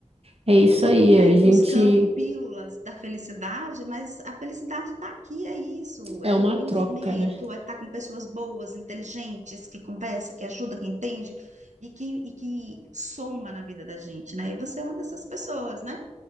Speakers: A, on the right; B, on the right.
A: É isso
B: A gente
A: aí,
B: fica
A: a
B: aí
A: gente
B: buscando pílulas da felicidade, mas a felicidade está aqui, é isso, é
A: é uma
B: o conhecimento,
A: troca, né?
B: é estar com pessoas boas, inteligentes, que conversa, que ajuda, que entende e que, e que soma na vida da gente, né? E você é uma dessas pessoas, né?